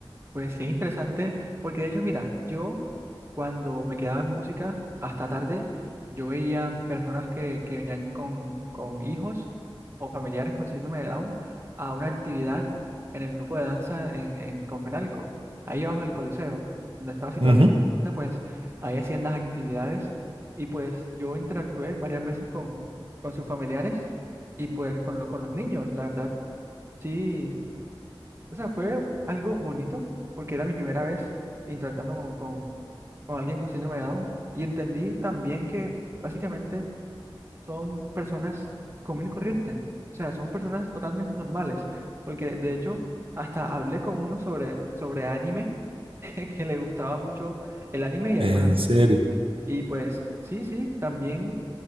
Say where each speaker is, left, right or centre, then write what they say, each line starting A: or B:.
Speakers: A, on the right; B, on the right.
A: Pues sí, es interesante, porque de hecho, mira, yo cuando me quedaba en música hasta tarde, yo veía personas que, que venían con, con hijos o familiares con síndrome de Down a una actividad en el grupo de danza en, en Confenalco, ahí abajo del Coliseo, donde estaba situado
B: Ujú.
A: el grupo de danza, pues ahí hacían las actividades y pues yo interactué varias veces con, con sus familiares y pues con, lo- con los niños, la verdad, sí. O sea, fue algo bonito porque era mi primera vez interactuando con, con, con alguien con síndrome de Down y entendí también que básicamente son personas común y corriente. O sea, son personas totalmente normales porque de hecho hasta hablé con uno sobre, sobre anime <laughs> que le gustaba mucho el anime y ahí
B: En
A: pues, a-
B: serio.
A: y pues sí, sí, también